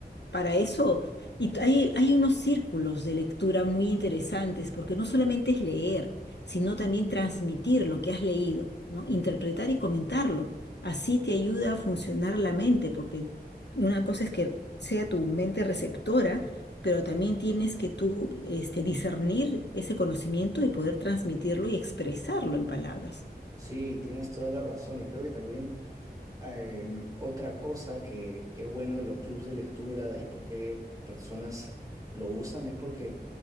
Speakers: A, on the left; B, on the right.
A: para eso, y t- hay, hay unos círculos de lectura muy interesantes, porque no solamente es leer, sino también transmitir lo que has leído, ¿no? Interpretar y comentarlo. Así te ayuda a funcionar la mente, porque una cosa es que sea tu mente receptora, pero también tienes que tú, este, discernir ese conocimiento y poder transmitirlo y expresarlo en palabras.
B: Sí, tienes toda la razón y creo que también Em, otra cosa que, que es bueno de los clubes de lectura y por qué personas lo usan es porque